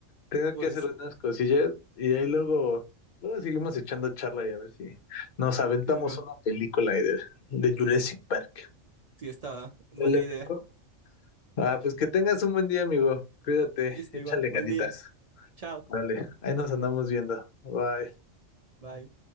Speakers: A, on the left; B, on the right.
A: Tengo
B: Pues,
A: que hacer unas cosillas y ahí luego, luego seguimos echando charla y a ver si nos aventamos
B: sí, bro,
A: una película ahí de, de Jurassic Park.
B: sí estaba, buena
A: Dale, amigo.
B: idea.
A: Ah, pues que tengas un buen día, amigo. Cuídate,
B: Listo,
A: échale
B: igual, buen
A: ganitas.
B: día, chao,
A: Dale, ahí nos andamos viendo. Bye.
B: bye.